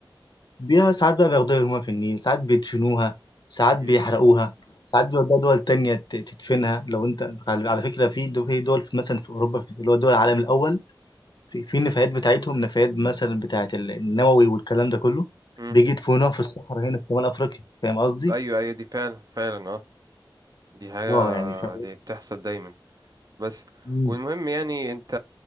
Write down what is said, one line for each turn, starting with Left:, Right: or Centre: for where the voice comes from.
Left: بيها ساعات بقى بياخدوها يرموها في النيل ساعات بيدفنوها ساعات بيحرقوها
Right: مم.
Left: ساعات بيودوها دول تانية ت- تدفنها لو انت على على فكرة في دو- في دول في مثلا في أوروبا في اللي هو دول العالم الأول في, في النفايات بتاعتهم نفايات مثلا بتاعة ال- النووي والكلام ده كله
Right: مم.
Left: بيجي يدفنوها في الصحراء هنا في شمال أفريقيا فاهم قصدي؟
Right: ايوه ايوه دي فعلا فعلا اه دي حاجة
Left: اه يعني ف...
Right: دي بتحصل دايما بس
Left: مم.
Right: والمهم يعني انت